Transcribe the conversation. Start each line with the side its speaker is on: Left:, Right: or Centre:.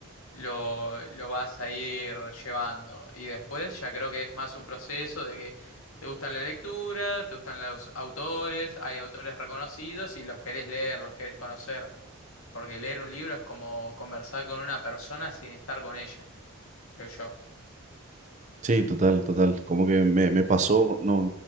Left: lo, lo vas a ir llevando. Y después ya creo que es más un proceso de que te gusta la lectura, te gustan los autores, hay autores reconocidos y los querés leer, los querés conocer, porque leer un libro es como conversar con una persona sin estar con ella, creo yo.
Right: Sí, total, total. Como que me, me pasó, no,